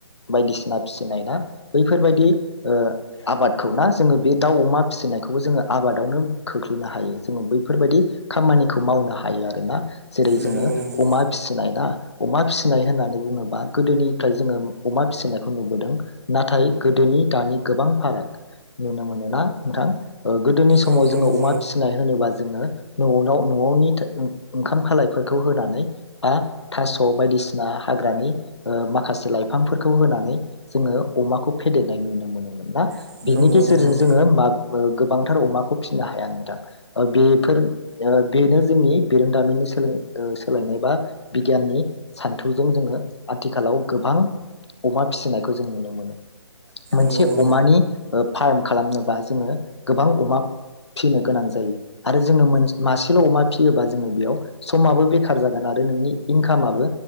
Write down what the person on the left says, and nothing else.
बायदिसिना फिसिनाय ना बैफोरबायदि ओ आबादखौ ना जोङो बे दाउ अमा फिसिनायखौबो जोङो आबादावनो खोख्लैनो हायो जोङो बैफोरबायदि खामानिखौ मावनो हायो आरोना जेरै
जोङो
अमा फिसिनाय ना अमा फिसिनाय होननानै बुङोबा गोदोनिफ्राय जोङो अमा फिसिनायखौ नुबोदों नाथाय गोदोनि दानि गोबां फाराग नुनो मोनोना नोंथां? ओ गोदोनि समाव
जोङो अमा फिसिनाय होनोबा जोङो न'वाव न'नि ओंख ओंखाम खालायफोरखौ होनानै बा थास' बायदिसिना हाग्रानि ओ माखासे लाइ फांफोरखौ होनानै जोङो अमाखौ फेदेरनाय नुनो मोनोमोन ना?
बिनि गेजेरजों
जोङो मा ओ गोबांथार अमाखौ फिसिनो हाया नोंथां ओ बेफोर ओ बेनो जोंनि बिरोंदामिननि सोलों ओ सोलोंनाय बा बिगियाननि सान्थौजों जोङो आथिखालाव गोबां अमा फिसिनायखौ जों नुनो मोनो। मोनसे
अमानि ओ फार्म खालामनोबा जोङो गोबां अमा फिसिनो गोनां जायो आरो जोङो मोन मासेल अमा फियोबा जोङो बेयाव समाबो बेखार जागोन आरो नोंनि इनकामाबो